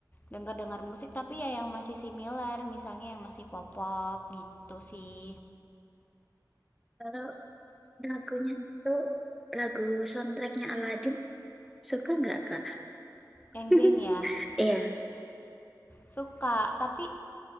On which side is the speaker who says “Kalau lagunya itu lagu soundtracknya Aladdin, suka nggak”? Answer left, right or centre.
Centre